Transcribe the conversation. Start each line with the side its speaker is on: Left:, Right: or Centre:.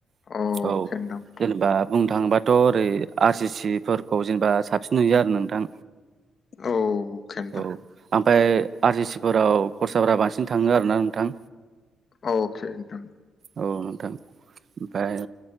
Left: अके
Right: औ
Left: नोंथां
Right: जेनेबा बुंनो थाङोबाथ' ओरै आर सि सि फोरखौ जेनेबा साबसिन नुयो आरो नोंथां
Left: अके नोंथां
Right: औ ओमफ्राय आर सि सि फोराव खरसाफोरा बांसिन थाङो आरो ना नोंथां
Left: औके नोंथां
Right: औ नोंथां ओमफ्राय